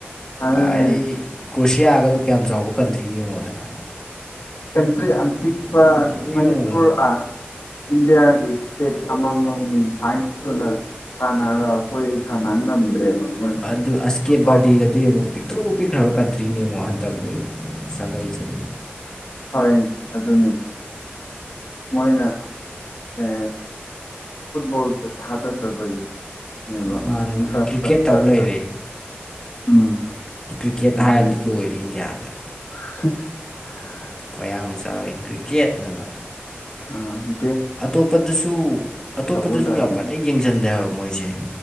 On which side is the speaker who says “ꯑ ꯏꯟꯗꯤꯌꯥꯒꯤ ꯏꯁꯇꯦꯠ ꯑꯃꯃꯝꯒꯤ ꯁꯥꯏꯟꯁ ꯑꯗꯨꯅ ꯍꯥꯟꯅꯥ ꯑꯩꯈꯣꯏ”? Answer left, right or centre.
Left